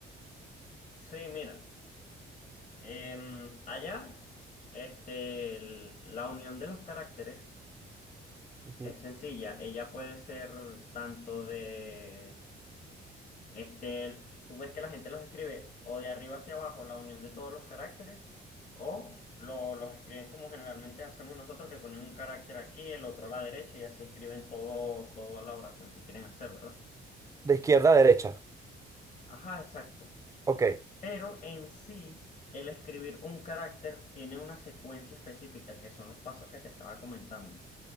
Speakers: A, on the left; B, on the right.
A: Sí, mira, em, allá este, el- la unión de los caracteres
B: Ujú.
A: es sencilla. Ella puede ser tanto de Este, tú ves que la gente los escribe o de arriba hacia abajo, la unión de todos los caracteres, o lo- los escriben como generalmente hacemos nosotros, que ponen un carácter aquí, el otro a la derecha y así escriben todo, toda la oración que quieren hacer, ¿verdad?
B: De izquierda a derecha,
A: Ajá, exacto.
B: ok,
A: Pero en sí, el escribir un carácter tiene una secuencia específica, que son los pasos que te estaba comentando.